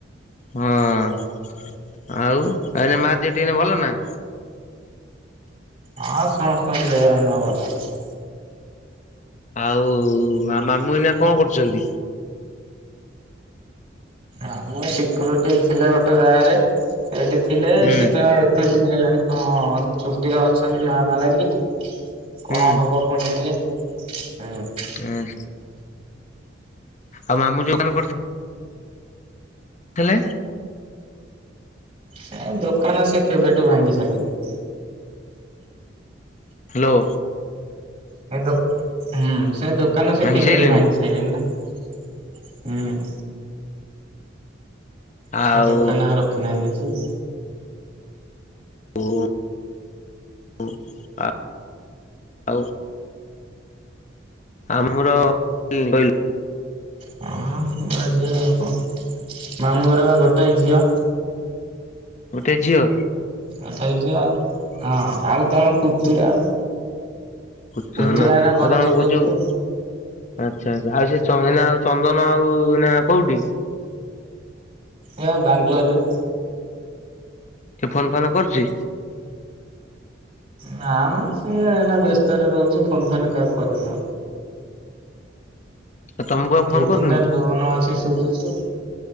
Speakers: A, on the left (about 40°); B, on the right (about 45°).
A: ହଁ ଆଉ ଆରେ ମା ଦିଅ ଟିକେ ଭଲ ନା?
B: ଆଁ ସମସ୍ତଙ୍କ ଦେହ ଏଇନା ଭଲ ଅଛି।
A: ଆଉ ମା ମାମୁଁ ଏଇନା କଣ କରୁଛନ୍ତି?
B: ଆମ ସିକ୍ୟୁରିଟି ଥିଲେ ଗୋଟେ ଗାଁରେ ସେଇଠି ଥିଲେ
A: ହୁଁ
B: ସେତ ଏତେ ଦିନ ହେଲାଣି କଣମ ଛୁଟିରେ ଅଛନ୍ତି ମା ମାଲାଗି। କଣ
A: ହୁଁ
B: ହବ ପୁଣି ଆଇଲେ ହୁଁ।
A: ହଁ। ଆଉ ମାମୁ ଯୋଉ କାଣ କର ହେଲେ
B: ସେ ଦୋକାନ ସେ କେବେଠୁ ଭାଙ୍ଗି ସାଇଲେଣି।
A: ହାଲୋ।
B: ସେ ଦୋ ହୁଁ ସେ ଦୋକାନ ସେ
A: ଭାଙ୍ଗି
B: କେବେଠୁ
A: ସାଇଲେଣି
B: ଭାଙ୍ଗିସ ଖାଇଲେଣି ନା ହୁଁ। ସେ
A: ଆଉ
B: ଦୋକାନ ଆଉ ରଖିନାହାନ୍ତି ଯେ
A: ଓହୁ ଉଁ ଆଉ। ଆମର <unintelligible> କହିଲୁ
B: ହଁ ପୁଅ ଝିଅ ଆଉ କଣ ମାମୁଁ ଘର ବା ଗୋଟାଏ ଝିଅ।
A: ଗୋଟେ ଝିଅ।
B: ଗୋଟାଏ ଝିଅ ହଁ ଆଉ ତାଙ୍କ ପୁତୁରା ଆଉ।
A: ଖର୍ଚ୍ଚ
B: ପୁତୁରା
A: ହେଲା
B: ଏଇନା
A: ଆଉ
B: ଘର
A: ତମ
B: ଚଲଉଛି
A: ଯୋଉ
B: ଆଉ
A: ଆଚ୍ଛା ଆଚ୍ଛା ଆଉ ସେ ଚଇନା ଆଉ ଚନ୍ଦନ ଆଉ ଏନା କୋଉଠି?
B: ଏଇବା ବାଙ୍ଗଲୋରରେ।
A: ସେ ଫୋନ ଫାନ କରୁଛି।
B: ନା ମ ସିଏ ଏନା ବ୍ୟସ୍ତରେ ରହୁଛି ଫୋନ ଫାନ୍ କାହାକୁ କରିନି ଆଉ।
A: ତମକୁ ଆଉ ଫୋନ
B: ଦି
A: କରୁନି
B: ତିନିଟା ଲୋନ୍ ଅଛି ସୁଝୁଛି ଆଉ।